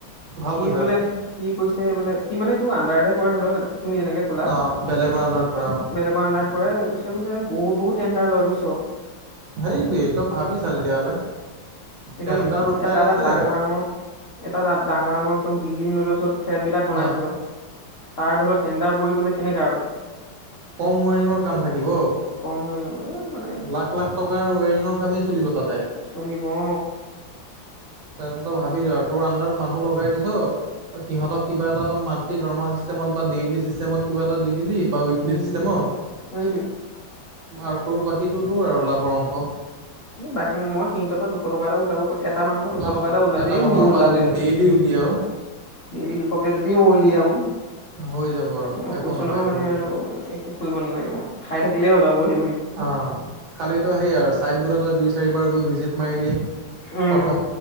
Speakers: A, on the right; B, on the left.
A: ভাল
B: সি
A: পইচা
B: বোলে
A: আছে
B: সি কৈছে বোলে সি মানে তোৰ আনটো চাৰভে কৰে হবলা তুমি যেনেকৈ ক'লা
A: অঁ বেলেগৰ আণ্ডাৰত পৰা অঁ
B: বেলেগৰ আনন্দাৰত। কৰে গৈছে বোলে, বহুত বহুত টেণ্ডাৰ লয় বুইছ।
A: সেইটোৱেই তই ভাবিছা তেতিয়াহ'লে।
B: একদম
A: টেণ্ডাৰ উঠাই
B: এটা
A: আছে
B: এটা ডাঙৰ ডাঙৰ এটা তাত ডাঙৰ ডাঙৰ একদম বিল্ডিং লৈলোছো ফ্লেট বিলাক বনাইছিলো।
A: অঁ
B: তাৰ ধৰি লওক তেণ্ডাৰ পৰি গলে কেনেকা আৰু।
A: কম ৱেৰিংৰ কাম থাকিব।
B: কম এ মানে
A: লাখ লাখ টকা ৱেৰিং চব কামেই চলিব তাত।
B: চলিব অ।
A: ত তই ভাবি ল আৰু তোৰ আন্দাৰত মানুহ লগাই দিছ। ত সিহঁতক কিবা এটা মন্থলী দৰমহা চিষ্টমত বা ডেইলি চিষ্টমত কিবা এটা দি দিলি। বা উইকলি
B: দি
A: চিষ্টেমত,
B: দিলো সেইটোৱে
A: আৰু তোৰ বাকীটো তোৰ আৰু লাভৰ অংশ।
B: বাকী মই সিহঁতৰ পৰা দুশ টকা এটা ওলাব পাৰিম। এটা মানুহৰ দুশ
A: ন
B: টকা এটা ওলালেই
A: মানুহৰ
B: মোৰ বহুত
A: পৰা
B: লাভ
A: যদি
B: হৈ যাব।
A: ডেইলি উলিয়াও
B: ডেইলি দুশকে যদি মই উলিয়াও।
A: হৈ যাব আৰু
B: মই
A: একো
B: কৈছো
A: নালাগে
B: নহয় মানে
A: কৰিব
B: আৰু একো কৰিব নালাগে মই। খাই থাকিলেই হ'ল আৰু বহি বহি।
A: অ খালি তই হেৰি আৰু ছাইদ বোলে তই দুই চাৰিবাৰ গৈ ভিজিট মাৰিলি।
B: উম
A: প্ৰথম